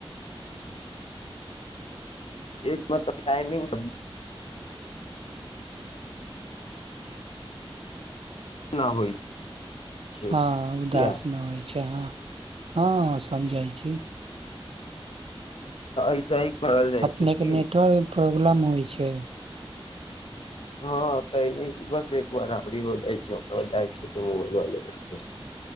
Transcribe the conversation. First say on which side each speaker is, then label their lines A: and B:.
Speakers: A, on the left (about 75°); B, on the right (about 80°).
A: एक मतलब टाइमिंग <unintelligible> ना होइ। छै
B: हँ उदास
A: तऽ
B: ना होइ छै ह हँ समझय छी।
A: ऐसे ही करल जाइ
B: अपनेके
A: छै कि
B: नेटवर्क प्रॉब्लम होइ छै।
A: हँ तऽनी बस एक बार अबरी हो जाइ छै ओकरा बाद जाइ छी दुनु गो ललेबै छै।